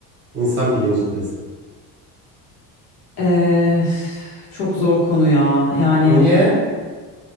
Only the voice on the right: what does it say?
İnsan bilincindesin.
Niye?